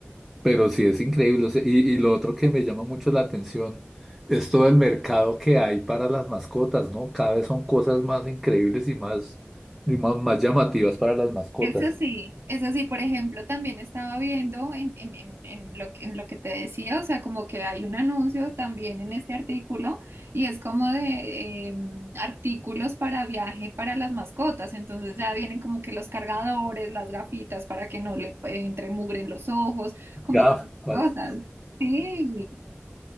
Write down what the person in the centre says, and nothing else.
pero sí es increíble. o sea, y, y lo otro que me llama mucho la atención es todo el mercado que hay para las mascotas, ¿no? Cada vez son cosas más increíbles y más, y más, más llamativas para las mascotas.
Gafas,